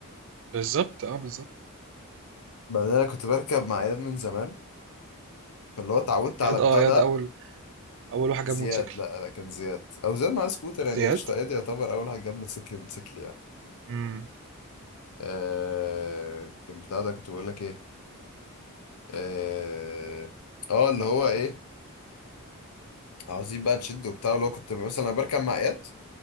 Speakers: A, on the right; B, on the left.
A: بالظبط اه بالظبط
B: بعدين انا كنت بركب مع اياد من زمان فاللي هو اتعودت
A: زياد
B: على بتاع
A: اه
B: ده
A: زياد أول أول واحد
B: زياد
A: جاب موتوسيكل
B: لا لا كان زياد او زياد معاه سكوتر يعني
A: زياد
B: قشطه ايدي يعتبر اول حاجه جاب موتوسيكل موتوسيكل يعني
A: امم
B: آه كان بتاع ده كنت بقول لك ايه اه آه، اللي هو ايه عاوزين بقى نشد وبتاع اللي هو كنت مثلا أنا بركب مع اياد